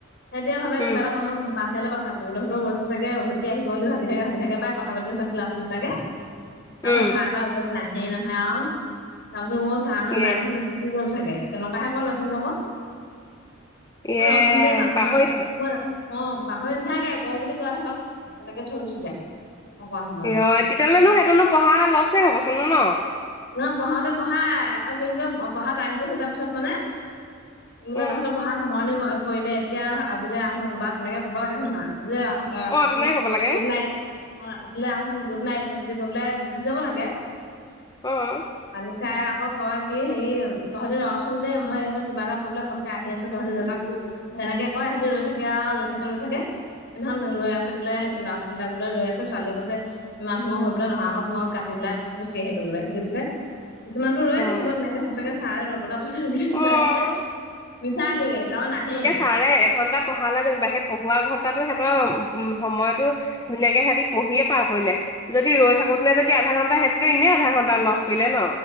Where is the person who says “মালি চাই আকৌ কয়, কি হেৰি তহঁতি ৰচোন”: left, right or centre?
Left